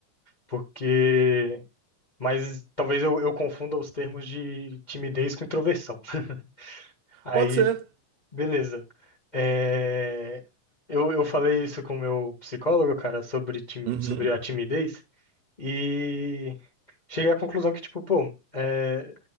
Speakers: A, on the left (about 55°); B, on the right (about 80°).
A: Porque. Mas talvez eu, eu confunda os termos de timidez com introversão. <laughs> Aí,
B: Pode ser.
A: beleza. É, Eu, eu falei isso com o meu psicólogo, cara, sobre, timi-
B: Uhum.
A: sobre a timidez, e cheguei à conclusão que, tipo, pô, é,